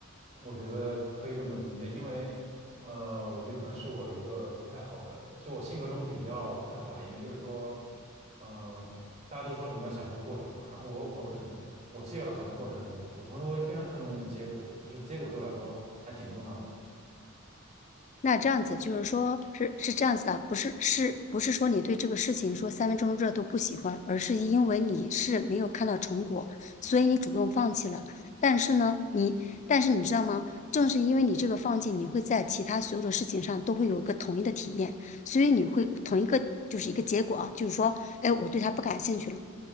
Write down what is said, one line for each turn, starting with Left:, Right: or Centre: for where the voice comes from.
Right: 我觉得可以这么理解，因为呃，我觉得可能是我一个不太好的，就我性格中比较不太好的一面，就是说，嗯、大家都说什么要享受过程嘛，然后我我可能我既要享受过程，我我同时我也非常看重那个结果，就是结果对我来说还挺重要的。
Left: 那这样子就是说，是是这样子的，不是是不是说你对这个事情说三分钟热度不喜欢，而是因为你是没有看到成果，所以你主动放弃了。但是呢，你但是你知道吗？正是因为你这个放弃，你会在其他所有的事情上都会有一个统一的体验，所以你会同一个就是一个结果啊，就是说，哎，我对他不感兴趣了。